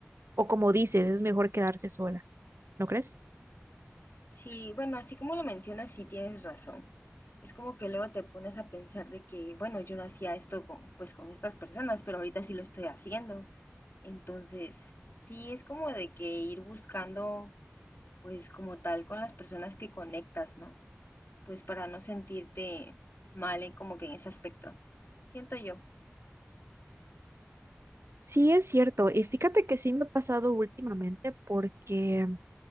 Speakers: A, on the right; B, on the left.
A: o como dices, es mejor quedarse sola, ¿no crees?
B: Sí, bueno, así como lo mencionas, sí tienes razón. Es como que luego te pones a pensar de que, bueno, yo no hacía esto con, pues con estas personas, pero ahorita sí lo estoy haciendo. Entonces, sí es como de que ir buscando, pues como tal, con las personas que conectas, ¿no? Pues para no sentirte mal en, como que en ese aspecto. Siento yo.
A: Sí, es cierto. Y fíjate que sí me ha pasado últimamente porque